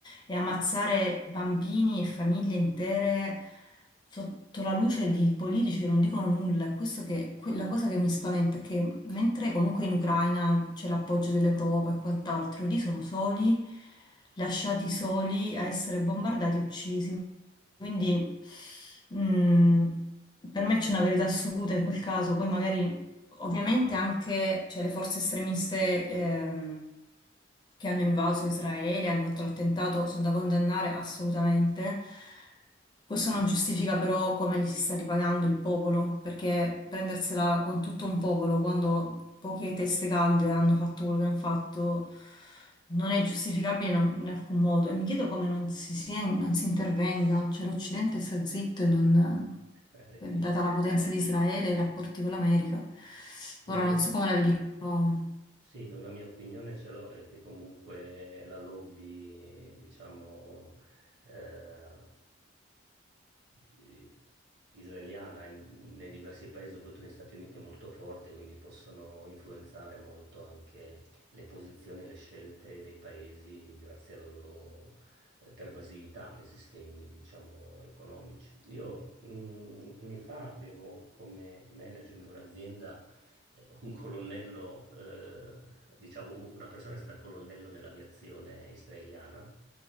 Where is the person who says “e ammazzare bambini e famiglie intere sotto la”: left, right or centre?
Left